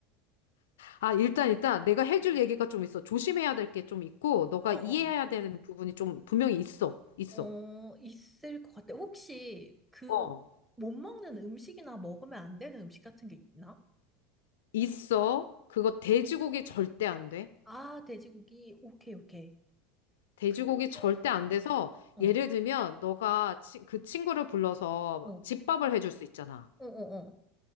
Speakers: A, on the left (about 65°); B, in the centre.
A: 아, 일단, 일단, 내가 해줄
B: 음.
A: 얘기가 좀 있어. 조심해야 될 게 좀 있고, 너가
B: 어,
A: 이해해야
B: 어,
A: 되는 부분이 좀 분명히 있어. 있어.
B: 어, 어, 있을 것 같아. 혹시 그
A: 어.
B: 못 먹는 음식이나 먹으면 안 되는 음식 같은 게 있나?
A: 있어. 그거 돼지고기 절대 안 돼.
B: 아, 돼지고기. 오케이, 오케이.
A: 돼지고기
B: 근데,
A: 절대 안 돼서,
B: 어,
A: 예를 들면, 너가 치- 그 친구를 불러서
B: 어, 어,
A: 집밥을 해줄 수 있잖아.
B: 어,